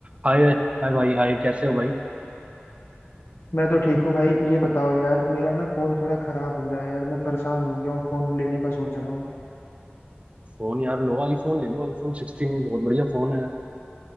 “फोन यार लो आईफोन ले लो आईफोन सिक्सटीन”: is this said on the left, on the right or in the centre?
Right